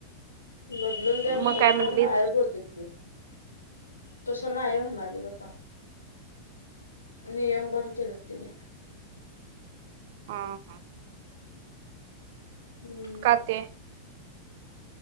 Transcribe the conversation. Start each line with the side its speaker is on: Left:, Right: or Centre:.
Left: बदलून द्या म्हणत
Right: मग
Left: होतो
Right: काय म्हटलीत
Left: नाय बोलतेत ती तसं नाय म्हणायलेत आता नियम बंद केलेत त्यांनी
Right: हा हा
Left: हम्म
Right: का ते